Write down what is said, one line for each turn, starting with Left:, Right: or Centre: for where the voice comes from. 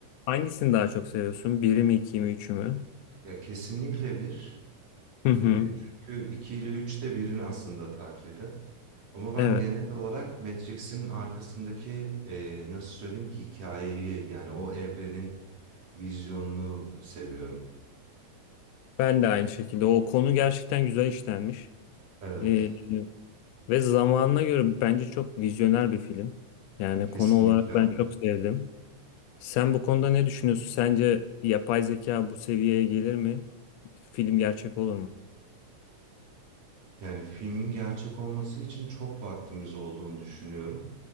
Left: Hangisini daha çok seviyorsun? Biri mi, iki mi, üçü mü?
Right: Ya kesinlikle bir.
Left: Hı hı.
Right: Ee, çünkü 2 ile 3 de birin aslında taklidi. Ama ben
Left: Evet.
Right: genel olarak Matrix'in arkasındaki ee, nasıl söyleyeyim hikayeyi yani o evrenin vizyonunu seviyorum.
Left: Ben de aynı şekilde. O konu gerçekten güzel işlenmiş.
Right: Evet.
Left: E, ve zamanına göre bence çok vizyoner bir film. Yani
Right: Kesinlikle.
Left: konu olarak ben çok sevdim. Sen bu konuda ne düşünüyorsun? Sence yapay zeka bu seviyeye gelir mi? Film gerçek olur mu?
Right: Yani filmin gerçek olması için çok vaktimiz olduğunu düşünüyorum.